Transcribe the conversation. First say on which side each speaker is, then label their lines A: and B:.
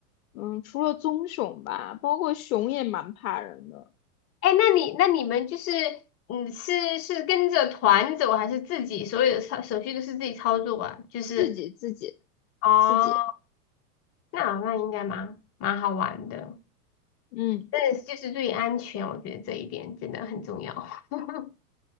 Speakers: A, on the left; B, on the left.
A: 嗯，除了棕熊吧，包括熊也蛮怕人的，
B: 哎，那你那你们就是，嗯，是是跟着团走还是自己所有的操手续都是自己操作啊？就是，
A: 自己自己
B: 哦，
A: 自己，
B: 那那应该蛮蛮好玩的，
A: 嗯，
B: 但是就是注意安全，我觉得这一点真的很重要。<laughs>